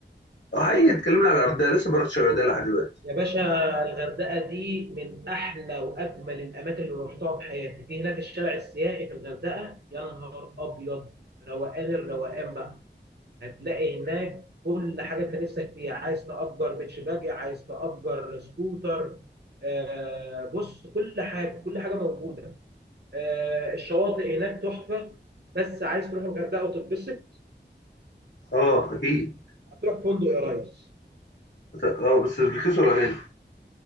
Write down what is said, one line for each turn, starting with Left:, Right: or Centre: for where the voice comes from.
Left: اه حقيقي اتكلمنا على الغردقه لسه ما رحتش الغردقه لحد دلوقتي
Right: يا باشا الغردقة دي من أحلى وأجمل الأماكن اللي رحتها في حياتي، في هناك الشارع السياحي في الغردقة يا نهار أبيض، روقان الروقان بقى، هتلاقي هناك كل حاجة أنت نفسك فيها، عايز تأجر بيتش باجي، عايز تأجر سكوتر، آه بص كل حاجة، كل حاجة موجودة، آه الشواطئ هناك تحفة، بس عايز تروح الغردقة وتتبسط،
Left: اه اكيد
Right: هتروح فندق يا ريس.
Left: بس- اه بس رخيص ولا غالي